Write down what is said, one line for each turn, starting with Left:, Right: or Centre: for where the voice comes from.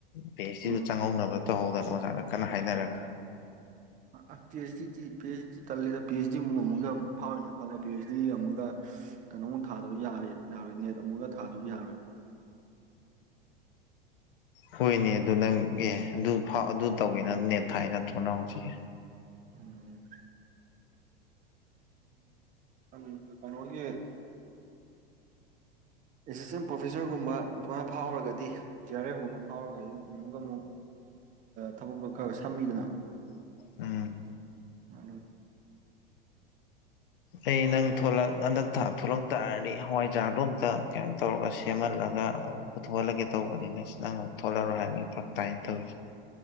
Left: ꯐꯤ ꯑꯩꯆ
Right: ꯎꯝ
Left: ꯗꯤꯗꯨ ꯆꯪꯍꯧꯅꯕ ꯇꯧꯍꯧꯗꯅ ꯑꯣꯖꯥꯗ ꯀꯟꯅ ꯍꯥꯏꯅꯔꯒ
Right: ꯑ P H D P H D ꯇꯜꯂꯤꯗ ꯄꯤ ꯑꯩꯆ ꯗꯤ ꯑꯃꯨꯛ ꯑꯃꯨꯛ ꯐꯥꯎꯋꯦꯅ ꯈꯜꯂꯣ ꯄꯤ ꯑꯩꯆ ꯗꯤ ꯑꯃꯨꯛꯀ ꯀꯩꯅꯣꯝꯨꯛ ꯊꯥꯗꯣꯏ ꯌꯥꯔꯣꯏ ꯅꯦꯠ ꯑꯃꯒ ꯊꯥꯗꯣꯏꯁꯨ ꯌꯥꯔꯣꯏ
Left: ꯍꯣꯏꯅꯦ ꯑꯗꯨ ꯅꯪ ꯑꯦ ꯑꯗꯨ ꯑꯗꯨ ꯇꯧꯋꯦꯅꯅꯦ ꯊꯥꯏꯅ ꯊꯣꯛꯅꯥ ꯍꯧꯖꯤꯦ
Right: ꯎꯝ ꯎꯝ ꯀꯩꯅꯦ ꯑꯦꯁꯤꯁꯇꯦꯟ ꯄ꯭ꯔꯣꯐꯦꯁꯔꯒꯨꯝꯕ ꯑꯗꯨꯃꯥꯏꯅ ꯐꯥꯎꯔꯒꯗꯤ ꯖꯤ ꯑꯥꯔ ꯑꯦꯐꯒꯨꯝꯕ ꯐꯥꯎꯔꯒꯗꯤ ꯑꯃꯨꯛꯀ ꯑꯃꯨꯛ ꯊꯕꯛꯇꯣ ꯈꯔ ꯁꯝꯃꯤꯗꯅ
Left: ꯎꯝ
Right: ꯃꯥ
Left: ꯑꯩ ꯅꯪ ꯊꯂꯛ ꯍꯟꯗꯛ ꯊꯥ ꯊꯂꯛ ꯇꯥꯔꯗꯤ ꯍꯋꯥꯏꯖꯥꯔꯗꯣ ꯑꯝꯇ ꯀꯩꯅꯣ ꯇꯧꯔꯒ ꯁꯦꯝꯍꯜꯂꯒꯦ ꯠꯂꯒ ꯄꯨꯊꯣꯛꯍꯂꯒꯦ ꯇꯧꯕꯅꯤꯅ ꯅꯪ ꯑꯃꯨꯛ ꯊꯣꯛꯣꯜꯂꯔꯣꯏ ꯍꯥꯏꯕꯅꯤ ꯐꯛ ꯇꯥꯏꯅ ꯇꯧꯔꯤꯁꯦ